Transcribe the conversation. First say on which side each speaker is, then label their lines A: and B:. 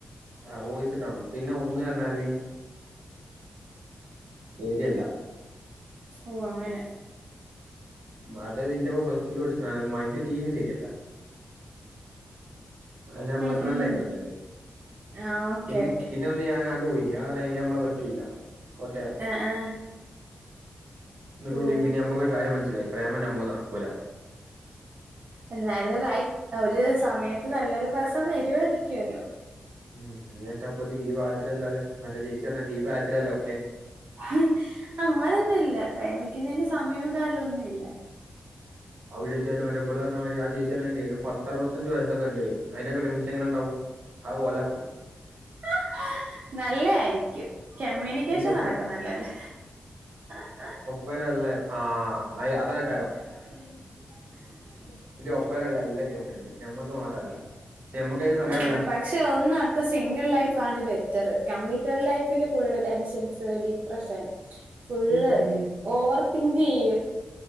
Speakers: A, on the right; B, on the right.
A: <inaudible> ആഹ് ഓയ്സിട്ടാണോ പിന്നെ ഒന്ന് അർഞ്ഞാല് സെര്യല്ല
B: ഔ അങ്ങനെ
A: മത നിന്റപ്പം പ്ലസ് ടൂല് പഠിച്ചാണ് മൈൻഡ് തീരെ ശെരിയല്ല അത് ഞാൻ പേഴ്സണലായിട്ട്
B: ഉം ഉം
A: പറഞ്ഞിണ്ട്
B: ആഹ് ഓക്കെ
A: പി
B: ഓക്കെ
A: പിന്നെ ഒന്ന് ഞാനാട്ട്പോയിനെ ആആണെ അയ്ന് നമ്മളെ പറ്റുല്ല അയ്കോട്ടെർഞ്ഞ്
B: ആ ആ
A: <inaudible> ന്ന്ട്ട്
B: ഓ
A: കൂടി പിന്നെ നമ്മക്കൊരു കാര്യം മനസ്സിലായി പ്രേമം നമ്മെക് നടക്കൂല
B: എന്നാലും റൈറ്റ് ഒരു സമയത്ത് നല്ലൊരു പേസൺ വെരുവാരിക്ക്യെല്ലോ
A: ഉം ഇങ്ങേട്ടാപ്പത് ഈ ഭാഗത്തിലല്ലാതെ. മറ്റേ ചേച്ചി പറഞ്ഞലോ ഈ പ്രായത്തിലല്ലേ ഒക്കെ.
B: ഹ് അങ്ങനൊന്നും ല്ല. പ്രേമിക്കുന്നേന് സമയവും കാലൊന്നില്ല.
A: അവൻ വിചാരിച്ചട്ട മെറ്റേ ഇവള് ർഞ്ഞമാതിരി ആ ചേച്ചി പർഞാതിരി പത്തറുപത്തഞ്ച് വയസ്സൊക്കെണ്ട് അതിനെക്കെ പ്രേമിച്ചങ്ങനെ ണ്ടാവും. ഓല പോയ്
B: ആഹ് നല്ല ആയിരിക്കും. കമ്മ്യൂണിക്കേഷൻ
A: ഇന്റെ ഒപ്പര
B: നടക്കുന്നല്ലോ ല്ലേ. ആഹ് ആഹ്
A: വെരല്ലേ. ആ അയ അതാ കാരം.
B: <unintelligible>
A: ന്റൊപ്പരം ള്ളെ എല്ലത്തിനും കുട്ടിയാള്ണ്ട്. നമ്മക്ക് മാത്രല്ല. പക്ഷേ നമ്മക്കതിന് സങ്കടേല്ല.
B: ആ പക്ഷെ ഒന്ന് ഓർത്താൽ സിംഗിൾ ലൈഫാണ് ബെറ്ററ്. കമ്മിറ്റേഡ് ലൈഫില് ഫുള്ള് ടെൻഷൻസ്, ഡിപ്രഷൻ.
A: <unintelligible>
B: ഫുള്ള്
A: എന്തിന്
B: ഓവർ തിങ്ക് യ്യും